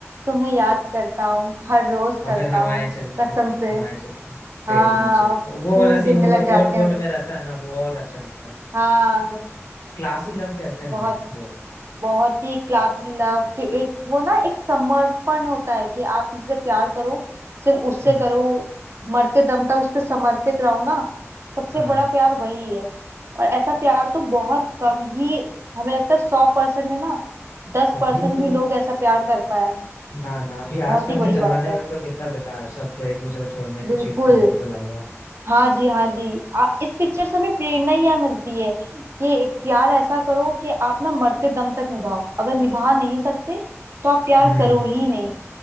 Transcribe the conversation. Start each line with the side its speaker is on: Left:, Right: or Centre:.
Right: तुम्हें याद करता हूँ हर रोज
Left: और
Right: करता
Left: फिर हवाएं
Right: हूँ
Left: चलने
Right: कसम
Left: पर
Right: से
Left: हवाएं चलती हैं पेड़
Right: हाँ
Left: के नीचे वो
Right: फूल
Left: वाला सीन
Right: गिरने
Left: भी
Right: लग
Left: वो
Right: जाते
Left: कोट वोट
Right: हैं
Left: में रहता है ना वो और अच्छा दिखता
Right: हाँ
Left: है क्लासी लव कहते हैं ना
Right: बहुत
Left: वो
Right: बहुत ही क्लासी लव कि एक वो ना एक समर्पण होता है कि आप किसी से प्यार करो सिर्फ उससे
Left: हम्म,
Right: करो मरते दम तक उस पर समर्पित रहो ना सबसे
Left: हाँ
Right: बड़ा प्यार वही है और ऐसा प्यार तो बहुत कम ही हमें लगता है सौ परसेंट में ना दस
Left: अभी
Right: परसेंट
Left: तो
Right: भी लोग ऐसा प्यार कर पाए
Left: ना ना अभी
Right: बहुत
Left: आजकल
Right: ही बड़ी
Left: के जमाने
Right: बात है
Left: में तो कितना बेकार सब तो एक दूसरे को छोड़ने पे
Right: बिल्कुल
Left: चीट करने पे तो लग रहा है।
Right: हाँ जी हाँ जी आ, इस पिक्चर से हमें प्रेरणा ही यह मिलती है कि प्यार ऐसा करो कि आप ना मरते दम तक निभाओ अगर निभा नहीं सकते तो आप प्यार
Left: हम्म
Right: करो ही नहीं